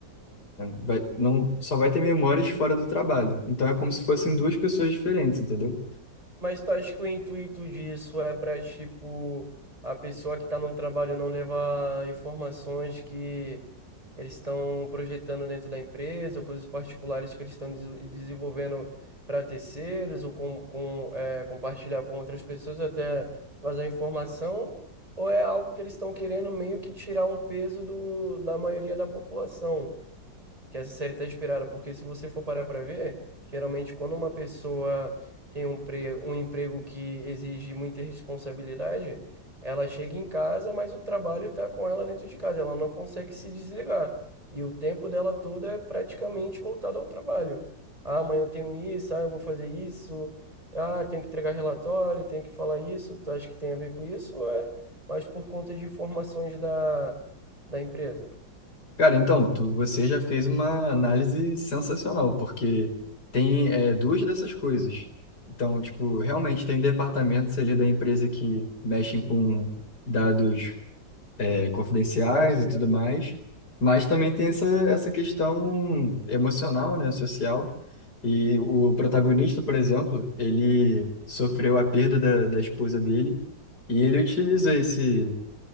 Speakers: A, on the left (about 60°); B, on the right (about 20°).
A: Vai, não, só vai ter memórias fora do trabalho. Então é como se fossem duas pessoas diferentes, entendeu?
B: Mas tu acha que o intuito disso é para, tipo, a pessoa que está no trabalho não levar informações que eles estão projetando dentro da empresa, ou coisas particulares que eles estão des- desenvolvendo para terceiros, ou com, com, é, compartilhar com outras pessoas, até vazar informação, ou é algo que eles estão querendo meio que tirar um peso do, da maioria da população? que essa série está inspirada, porque se você for parar para ver, geralmente quando uma pessoa tem um, pre- um emprego que exige muita responsabilidade, ela chega em casa, mas o trabalho está com ela dentro de casa, ela não consegue se desligar. E o tempo dela todo é praticamente voltado ao trabalho. Ah, amanhã eu tenho isso, ah, eu vou fazer isso, ah, tenho que entregar relatório, tenho que falar isso, tu acha que tem a ver com isso? Ou é mais por conta de informações da, da empresa?
A: Cara, então, tu, você já fez uma análise sensacional, porque tem é, duas dessas coisas. Então, tipo, realmente tem departamentos ali da empresa que mexem com dados eh, confidenciais
B: Né?
A: e tudo mais, mas também tem essa, essa questão emocional, né, social. E o protagonista, por exemplo, ele sofreu a perda da, da esposa dele e ele utiliza esse,